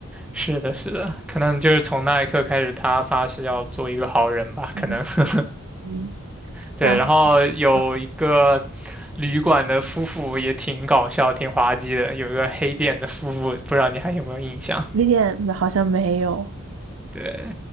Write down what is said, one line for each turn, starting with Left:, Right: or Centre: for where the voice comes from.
Centre: 是的，是的，可能就是从那一刻开始，他发誓要做一个好人吧，
Right: 嗯
Centre: 可能 <laughs>
Right: 嗯，<laughs>
Centre: 对，
Right: 然后啊，
Centre: 然后有一个旅馆的夫妇也挺搞笑、挺滑稽的，有一个黑店的夫妇，不知道你还有没有印象？
Right: 雷点好像没有。
Centre: 对，